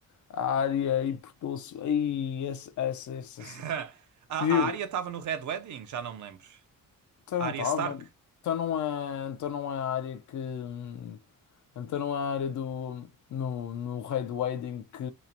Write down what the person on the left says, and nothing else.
a área e portou-se. Aí, essa, essa, essa, essa.
Quer dizer,
então
não
estava.
Então não é, então não é a área que. hum, Então não é a área do. No, no Red Wedding que,